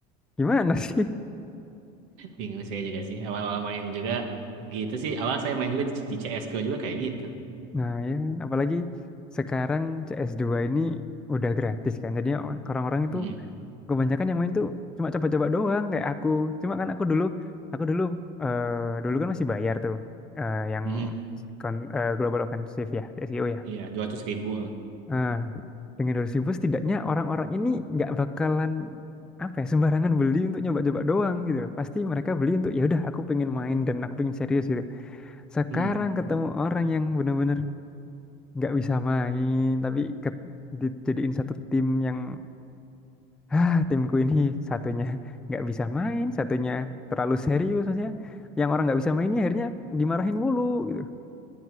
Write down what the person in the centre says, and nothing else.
gimana sih
<laughs> nah ya kan? apalagi sekarang CS2 ini udah gratis kan jadi orang-orang itu
kebanyakan yang main tuh cuma coba-coba doang kayak aku cuma kan aku dulu aku dulu eh dulu kan masih bayar tuh eh, yang
kon- eh, Global Offensive ya G2O ya
nah dengan 200 ribu setidaknya orang-orang ini nggak bakalan apa ya sembarangan beli untuk nyoba-coba doang gitu loh. Pasti mereka beli untuk ya udah aku pengen main dan aku pengen serius gitu. Sekarang
ketemu orang yang benar-benar nggak bisa main tapi ke- dijadiin satu tim yang ah timku ini satunya nggak bisa main, satunya terlalu serius maksudnya. Yang orang nggak bisa mainnya akhirnya dimarahin mulu gitu.